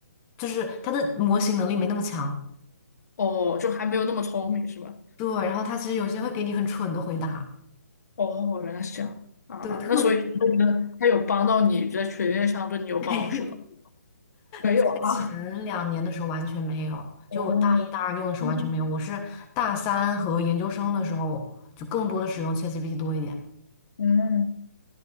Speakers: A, on the left; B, on the left.
A: 就是它的模型能力没那么强。
B: <laughs> 哦，就还没有那么聪明是吧？
A: 对，然后他其实有些会给你很蠢的回答，
B: 哦，哦原来是这样啊，
A: 对，特别是
B: 那所以你会觉得他有帮到你在学业上对你有帮助吗？
A: <laughs> 没有。
B: 没有啊，
A: <laughs> 前两年的时候完全没有，
B: 哦，
A: 就我大一大二用的时候完全没有，
B: 嗯，
A: 我是大三和研究生的时候就更多的使用 ChatGPT 多一点。
B: 嗯，